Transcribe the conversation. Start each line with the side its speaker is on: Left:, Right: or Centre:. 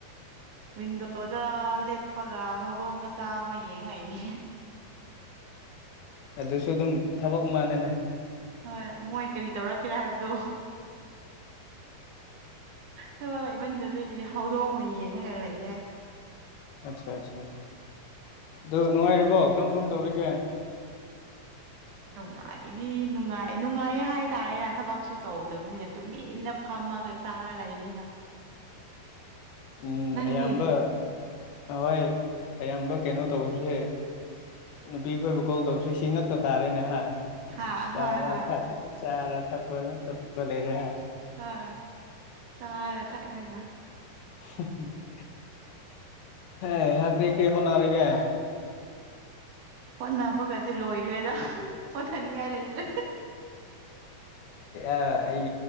Right: ꯋꯤꯟꯗꯣꯗ ꯂꯦꯞꯄꯒ ꯍꯧꯗꯣꯡ ꯃꯆꯥ ꯑꯃ ꯌꯦꯡ ꯂꯩꯔꯤ
Left: ꯑꯗꯨꯁꯨ ꯑꯗꯨꯝ ꯊꯕꯛ ꯃꯥꯟꯅꯅ
Right: ꯍꯣꯏ ꯃꯣꯏ ꯀꯔꯤ ꯇꯧꯔꯛꯀꯦꯔꯥ ꯍꯥꯏꯕꯗꯣ ꯊꯕꯛ ꯂꯩꯃꯟꯗꯕꯒꯤ ꯍꯧꯗꯣꯡ ꯑꯣꯏꯅ ꯌꯦꯡꯂꯒ ꯂꯩꯔꯦ
Left: ꯑꯠꯆꯥ ꯑꯠꯆꯥ ꯑꯗꯨ ꯅꯨꯡꯉꯥꯏꯔꯤꯕꯣ ꯀꯔꯝ ꯀꯔꯝ ꯇꯧꯔꯤꯒꯦ
Right: ꯅꯨꯡꯉꯥꯏꯔꯤ ꯅꯨꯡꯉꯥꯏ ꯅꯨꯡꯉꯥꯏꯌꯦ ꯍꯥꯏꯇꯥꯔꯦꯅ ꯊꯕꯛꯁꯨ ꯇꯧꯗꯕꯅꯤꯅ ꯇꯨꯃꯤꯟꯅ ꯐꯝꯃꯒ ꯇꯥꯔ ꯂꯩꯅꯤꯅ
Left: <inaudible> ꯎꯝ
Right: ꯅꯪꯗꯤ
Left: ꯑꯌꯥꯝꯕ ꯍꯣꯏ ꯑꯌꯥꯝꯕ ꯀꯩꯅꯣ ꯇꯧꯕꯁꯦ ꯅꯨꯄꯤ ꯈꯣꯏꯕꯨ ꯀꯣꯜ ꯇꯧꯕꯁꯤ ꯁꯤ ꯉꯥꯛꯇ ꯇꯥꯔꯦꯅꯦ ꯍꯥ
Right: ꯍꯥ
Left: ꯆꯥꯔ
Right: ꯍꯣꯏ ꯍꯣꯏ
Left: ꯊꯛ ꯆꯥꯔ ꯊꯛꯄ ꯉꯥꯛꯇ ꯇꯧꯔ ꯂꯩꯔꯦ ꯍꯥ
Right: ꯍꯣꯏ ꯆꯥꯔꯒ ꯊꯛꯂꯒ
Left: <inaudible> ꯍꯦ <unintelligible> ꯀꯔꯤ ꯍꯣꯠꯅꯔꯤꯒꯦ
Right: ꯍꯣꯠꯅꯕꯒꯁꯦ ꯂꯣꯏꯈ꯭ꯔꯦꯗ
Left: ꯑ
Right: ꯍꯣꯠꯅꯅꯤꯡꯉꯥꯏ ꯂꯩꯇ꯭ꯔꯦ
Left: ꯑ ꯑꯩ